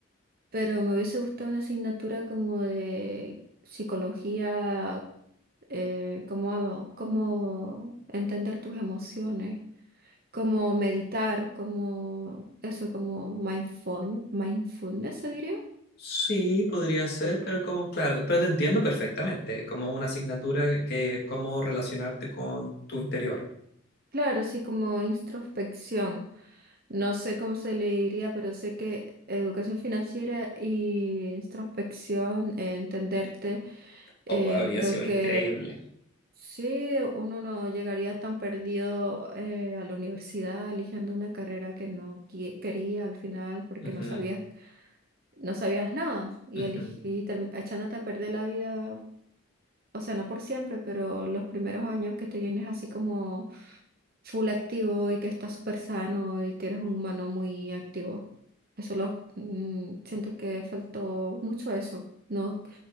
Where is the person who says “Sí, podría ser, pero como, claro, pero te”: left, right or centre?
Left